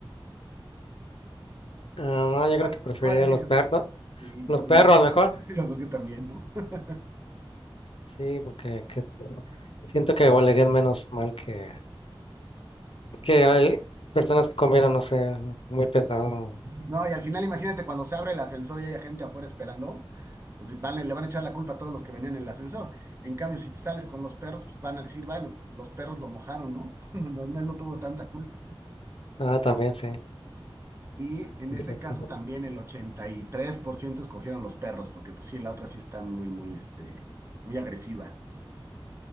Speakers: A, on the left; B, on the right.
A: ah,
B: <laughs>
A: no, yo
B: ¿Cuál,
A: creo que preferiría
B: cuál eliges?
A: los perros, ¿no?
B: Sí, yo,
A: los
B: <laughs>
A: perros mejor.
B: yo creo que también, ¿no? <laughs>
A: Sí, porque que- siento que valerían menos mal que, que hay personas que comieron, no sé, muy pesado.
B: No, y al final imagínate cuando se abre el ascensor y hay gente afuera esperando, pues sí, van, le van a echar la culpa a todos los que venían en el ascensor. En cambio, si te sales con los perros, pues van a decir, bueno, los perros lo mojaron, ¿no? <laughs> No, no, él no tuvo tanta culpa.
A: Ah, también sí,
B: Y en
A: muy
B: ese
A: cierto.
B: caso también el 83% escogieron los perros, porque pues sí, la otra sí está muy, muy, este, muy agresiva.